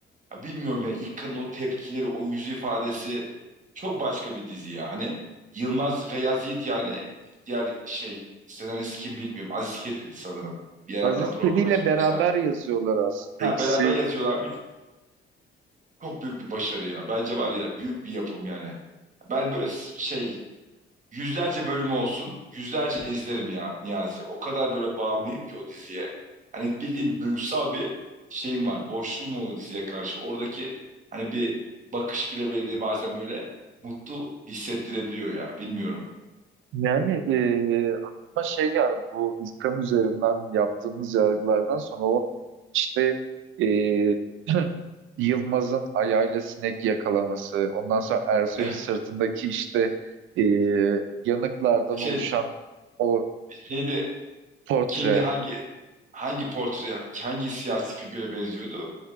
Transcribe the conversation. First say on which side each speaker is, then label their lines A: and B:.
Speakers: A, on the right (about 40°); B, on the right (about 80°).
A: ya bilmiyorum ya İlkan'ın o tepkileri, o yüz ifadesi çok başka bir dizi ya. Hani Yılmaz Feyyaz Yiğit yani diğer şey senarist kim bilmiyorum. Aziz Kedi'ydi sanırım. Bir yer
B: Aziz
A: hatta programa
B: Tedi ile
A: çıkmışlardı.
B: beraber yazıyorlar aslında.
A: Ha
B: İkisi
A: beraber yazıyorlarmış. Çok büyük bir başarı ya. Bence var ya büyük bir yapım yani. Ben böyle s- şey yüzlerce bölüm olsun yüzlerce izlerim ya Niyazi. O kadar böyle bağımlıyım ki o diziye. Hani bildiğim duygusal bir şeyim var. Boşluğum var o diziye karşı. Oradaki hani bir bakış bile beni bazen böyle mutlu hissettirebiliyor ya. Bilmiyorum.
B: Yani e, aklıma şey geldi bu İlkan üzerinden yaptığımız yargılardan sonra o işte e, <clears throat> Yılmaz'ın ayağıyla sinek yakalaması, ondan sonra Ersoy'un
A: <laughs>
B: sırtındaki işte e, yanıklardan
A: Şey
B: oluşan o
A: neydi?
B: <clears throat> portre,
A: Kimdi hangi hangi portre hangi siyasi figüre benziyordu?